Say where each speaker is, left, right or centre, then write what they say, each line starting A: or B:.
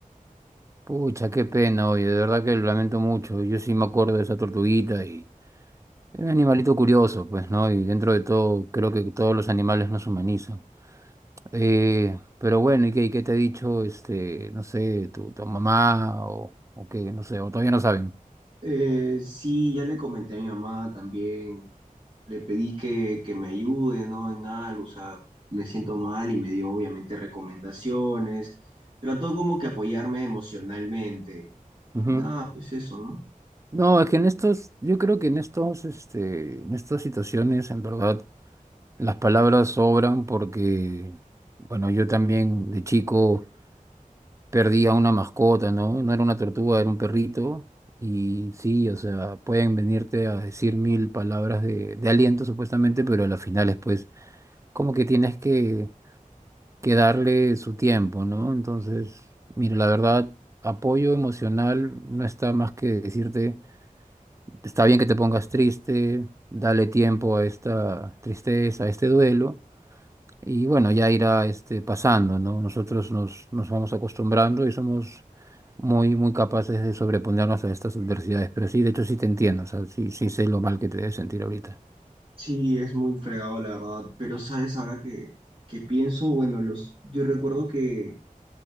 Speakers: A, on the right (about 20°); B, on the right (about 40°).
A: Pucha, qué pena, oye, de verdad que lo lamento mucho. Yo sí me acuerdo de esa tortuguita y era un animalito curioso, pues, ¿no? Y dentro de todo, creo que todos los animales nos humanizan. Eh, pero bueno, ¿y qué, y qué te ha dicho, este, no sé, tu, tu mamá o, o qué, no sé, o todavía no saben?
B: Eh, sí, ya le comenté a mi mamá también, le pedí que, que me ayude, ¿no? En algo, o sea, me siento mal y me dio obviamente recomendaciones, trató como que apoyarme emocionalmente
A: Ujú.
B: y nada, pues eso, ¿no?
A: No, es que en estos, yo creo que en estos, este, en estas situaciones, en verdad, las palabras sobran porque, bueno, yo también de chico perdí a una mascota, ¿no? No era una tortuga, era un perrito. Y sí, o sea, pueden venirte a decir mil palabras de, de aliento, supuestamente, pero a las finales, pues, como que tienes que que darle su tiempo, ¿no? Entonces, mire, la verdad, apoyo emocional no está más que decirte, está bien que te pongas triste, dale tiempo a esta tristeza, a este duelo, y bueno, ya irá este, pasando, ¿no? Nosotros nos, nos vamos acostumbrando y somos muy, muy capaces de sobreponernos a estas adversidades, pero sí, de hecho sí te entiendo, o sea, sí, sí sé lo mal que te debes sentir ahorita.
B: Sí, es muy fregado la verdad, pero sabes, ahora que, que pienso, bueno, los, yo recuerdo que...